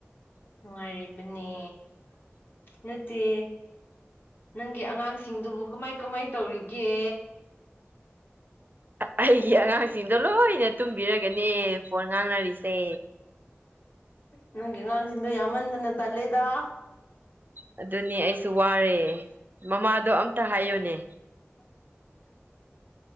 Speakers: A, on the left (about 50°); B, on the right (about 45°).
A: ꯅꯨꯡꯉꯥꯏꯔꯤꯕꯅꯦ ꯅꯠꯇꯦ ꯅꯪꯒꯤ ꯑꯉꯥꯡ ꯁꯤꯡꯗꯨꯕꯨ ꯀꯃꯥꯏ ꯀꯃꯥꯏ ꯇꯧꯔꯤꯒꯦ
B: ꯑꯩꯒꯤ ꯑꯉꯥꯡꯁꯤꯡꯗꯣ ꯂꯣꯏꯅ ꯇꯨꯝꯕꯤꯔꯒꯅꯦ ꯐꯣꯟ ꯉꯥꯡꯅꯔꯤꯁꯦ
A: ꯅꯪꯒꯤ ꯑꯉꯥꯡꯁꯤꯡꯗꯣ ꯌꯥꯝꯃꯟꯗꯅ ꯇꯜꯂꯦꯗ
B: ꯑꯗꯨꯅꯦ ꯑꯩꯁꯨ ꯋꯥꯔꯦ ꯃꯃꯥꯗꯣ ꯑꯝꯇ ꯍꯥꯏꯌꯣꯅꯦ